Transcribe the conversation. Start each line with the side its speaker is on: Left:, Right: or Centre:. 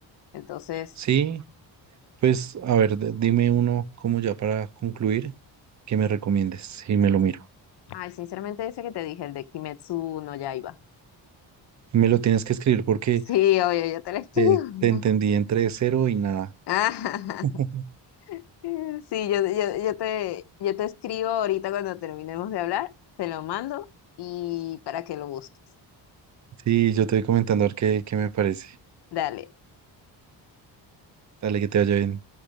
Left: Entonces,
Right: Sí, pues
Left: sí.
Right: a ver, d- dime uno como ya para concluir, que me recomiendes y me lo miro.
Left: Ay, sinceramente ese que te dije, el de Kimetsu no Yaiba.
Right: Me lo tienes que escribir porque
Left: Sí, oye, yo te lo escribo.
Right: eh,
Left: <laughs>
Right: te entendí entre cero y nada.
Left: Ah,
Right: <laughs>
Left: <laughs> Sí, yo, yo, yo te, yo te escribo ahorita cuando terminemos de hablar, te lo mando y para que lo busques.
Right: Sí, yo te voy comentando a ver qué, qué me parece.
Left: Dale.
Right: Dale, que te vaya bien.